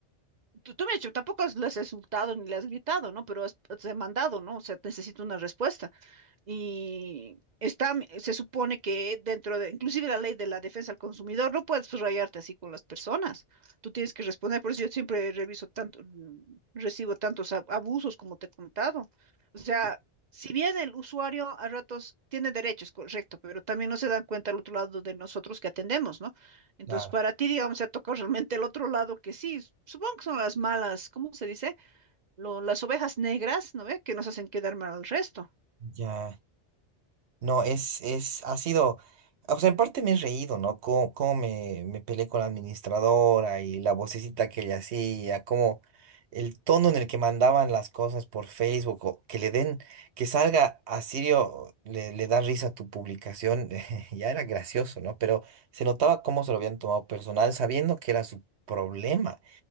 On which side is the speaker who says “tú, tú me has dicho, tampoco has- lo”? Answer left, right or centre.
Right